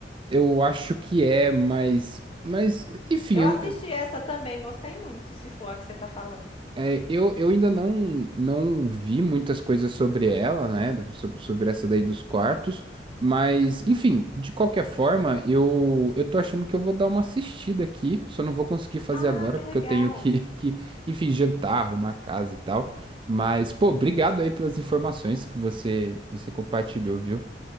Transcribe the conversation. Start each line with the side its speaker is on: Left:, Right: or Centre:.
Right: Eu acho que é, mas, mas enfim,
Left: Eu
Right: eu,
Left: assisti essa também, gostei muito, se for a que você tá falando.
Right: é, eu, eu ainda não, não vi muitas coisas sobre ela, né? do- Sobre, sobre essa daí dos quartos. Mas, enfim, de qualquer forma, eu, eu tô achando que eu vou dar uma assistida aqui. Só não vou conseguir fazer
Left: Ah,
Right: agora,
Left: que
Right: porque
Left: legal.
Right: eu tenho que, <laughs> que, enfim, jantar, arrumar casa e tal. Mas, pô, obrigado aí pelas informações que você, que você compartilhou, viu?